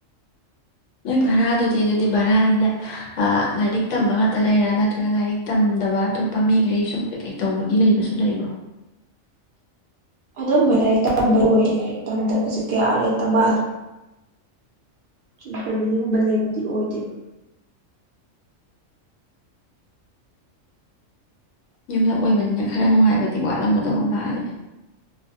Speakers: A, on the left (about 70°); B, on the right (about 60°).
A: ꯅꯣꯏ ꯚꯔꯥꯗꯨꯗꯤ ꯑꯗꯨꯗꯤ ꯚꯔꯥꯅꯤꯅ ꯂꯥꯏꯔꯤꯛ ꯇꯝꯕ ꯉꯥꯛꯇ ꯂꯩꯔꯥ ꯅꯠꯇ꯭ꯔꯒ ꯂꯥꯏꯔꯤꯛ ꯇꯝꯗꯕ ꯑꯇꯣꯞꯄ ꯃꯤꯈꯩ ꯁꯨꯝ ꯀꯩꯀꯩ ꯇꯧꯕꯒꯤ ꯂꯩꯕꯁꯨ ꯂꯩꯕ꯭ꯔꯣ
B: ꯑꯗꯨꯝꯕ ꯂꯥꯏꯔꯤꯛ ꯇꯝꯕ ꯑꯣꯏ ꯂꯥꯏꯔꯤꯛ ꯇꯝꯗꯕꯁꯦ ꯀꯌꯥ ꯂꯣꯏꯇ ꯃꯥꯥꯜꯂꯦ ꯁꯨꯝ ꯐꯦꯃꯤꯂꯤꯒꯨꯝꯕ ꯂꯩꯕꯗꯤ ꯑꯣꯏꯗꯦꯕ
A: ꯌꯨꯝꯂꯛ ꯑꯣꯏꯕꯅꯤꯅ ꯈꯔ ꯅꯨꯡꯉꯥꯏꯕꯗꯤ ꯋꯥꯠꯂꯝꯒꯗꯕ ꯃꯥꯜꯂꯦ